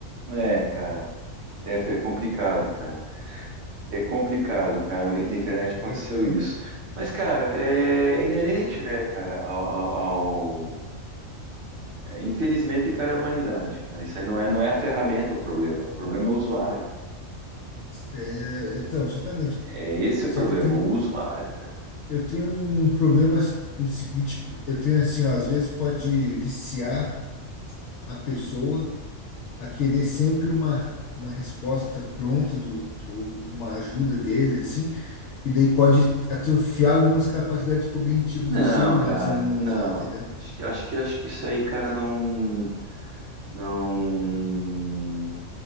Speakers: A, on the right; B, on the left.
A: é, cara, é, foi complicado, cara. É complicado, cara. Na vida da internet aconteceu
B: Aham.
A: isso. Mas, cara, é, é inerente, né, cara, ao, ao, ao- É, infelizmente, cara, é a humanidade, cara. Isso aí não é, não é a ferramenta o problema. O problema é o usuário.
B: É, então, justamente.
A: É esse
B: Só
A: o problema,
B: que tem um,
A: o usuário.
B: eu tenho um problema com o seguinte, eu tenho assim, ó, às vezes pode viciar a pessoa a querer sempre uma uma resposta pronta do, ou uma ajuda dele assim, e daí pode atrofiar algumas capacidades cognitivas
A: Não,
B: do ser humano
A: cara,
B: se ele não
A: não.
B: usar, entendeu?
A: Acho que, acho que, acho que isso aí, cara, não, não.